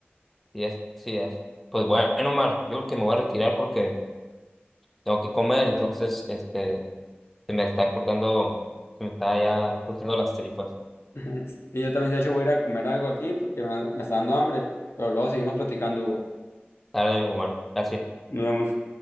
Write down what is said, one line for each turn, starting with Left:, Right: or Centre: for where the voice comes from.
Centre: Y es, sí es. Pues bueno, Omar, yo creo que me voy a retirar porque tengo que comer, entonces, este, se me está cortando, se me está ya cortando las tripas.
Left: <laughs> Y yo también de hecho voy a ir a comer algo aquí porque me, me está dando hambre, pero luego seguimos platicando, Hugo.
Centre: Dale, Omar, gracias.
Left: Nos vemos.